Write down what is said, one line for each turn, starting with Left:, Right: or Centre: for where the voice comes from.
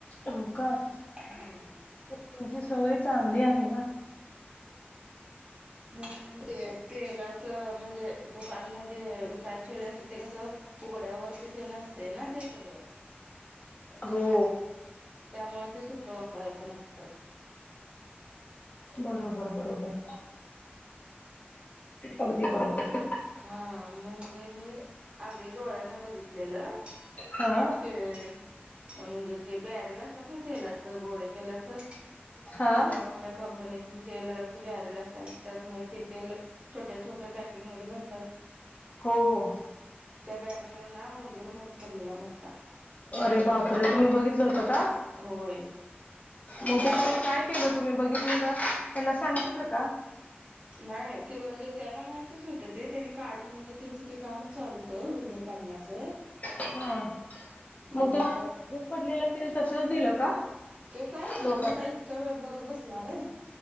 Left: हो का तुमची
Right: हम्म
Left: सवय चांगली आहे ना?
Right: हा म्हणजे तेलाच म्हणजे दुकानमधे वीकायला ठेवले असते ते कसं उघड्यावरती तेन असतंय ना ते सगळं.
Left: हो
Right: त्यामुळे ते सुट्ट वापरायचं नसतं.
Left: बरोबर, बरोबर. अगदी बरोबर.
Right: हा म्हणजे मी अगदी डोळ्याने बघितलेलं.
Left: हा.
Right: ते म्हणजे ते बॅरेल असतात ना तेलाचं गोडे तेलाचं.
Left: हा
Right: मोठ मो कंपनीतून तेल ते बॅरल असतात आणि त्यातनं ते तेल छोट्या छोट्या पेकिंगमध्ये भर <unintelligible>
Left: हो, हो.
Right: त्या बॅरलमध्ये ना उंदीर मरून पडलेला मोठा.
Left: अरे बापरे तुम्ही बघितलं होतं का?
Right: होय
Left: मग ते तेल काय केलं तुम्ही बघितलेलं त्यांना सांगितलं का?
Right: नाही ते म्हणजे त्यांना माहितच होतं ते. त्यांनी काढून म्हणजे त्यांचं ते काम चालू होत उंदीर काढण्याचं.
Left: हा
Right: हम्म
Left: मग तुम्ही
Right: पण
Left: ते <unintelligible> पडलेलं तेल तसंच दिलं का?
Right: ते काय माहिती
Left: लोकांना
Right: मी काय इतका वेळ बघत बसणार आहे.